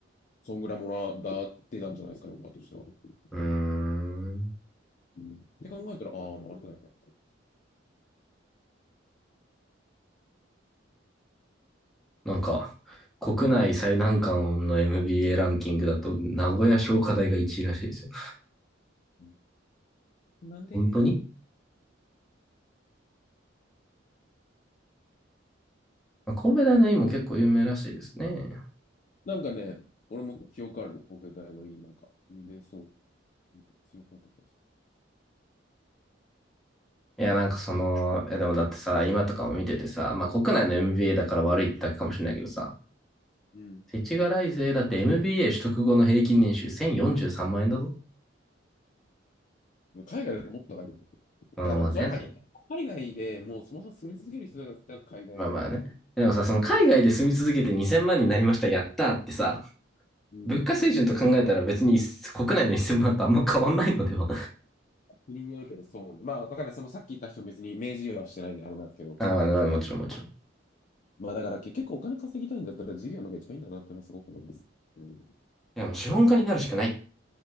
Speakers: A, on the left; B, in the centre.
A: そんぐらいもらってたんじゃないですかね、オファーとしては。う
B: うーん。
A: んって考えたら、ああ、まあ悪くないな、みたい
B: なんか、国内最難関の MBA ランキングだと、名古屋商科大が1位らしいですよ。
A: な。なんで
B: 本当に神戸大の院も結構有名らしいですね。
A: なんかね、俺も記憶あるな、神戸大の院なんか、有名そう、強かった気がす
B: いや、なんかその、いやでもだってさ、今とかも見ててさ、まあ国内の MBA だから悪いってだけかもしれないけどさ、
A: る。
B: 世知辛いぜ。だって MBA 取得後の平均年収1043万円だぞ。
A: うん。海外だともっと高いと思
B: うん、
A: だからもうそれあれ、
B: まあね、そう。
A: 海外でもうそもそも住み続ける人だったら海外の
B: まあまあね。
A: v ーだけど。
B: でもさ、その海外で住み続けて2000万になりました、やったーってさ、
A: うん。
B: 物価水準と考えたら別に国内の1000万とあんま変わんないのでは
A: 国によるけど、そうね。まあ、わからない。そのさっき言った人も別に明示はしてないんであれなんですけど。
B: あ、まあ、まあ、もちろん、もちろん。い
A: まあ、だから結局お金稼ぎたいんだったら事業の方が一番いいんだなってのはすごく思います。うん。
B: や、もう資本家になるしかない。